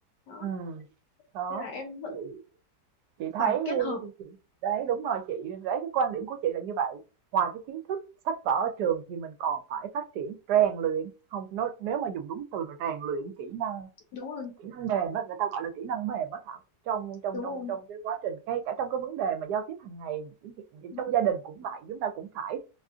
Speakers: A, on the left; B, on the right.
A: đó
B: ừm. Đó.
A: nên là em vẫn
B: Chị chị thấy
A: phải
B: như
A: kết hợp
B: đấy, đúng rồi chị, đấy cái quan điểm của chị là như vậy. Ngoài cái kiến thức sách vở ở trường thì mình còn phải phát triển rèn luyện, không nói nếu mà dùng đúng từ là rèn luyện kỹ năng
A: đúng rồi
B: kỹ năng mềm á người ta gọi là kỹ năng mềm á Thảo trong trong
A: đúng
B: trong
A: rồi
B: trong cái quá trình ngay cả trong cái vấn đề mà giao tiếp hàng ngày những chuyện-
A: đúng
B: trong gia đình cũng vậy chúng ta cũng phải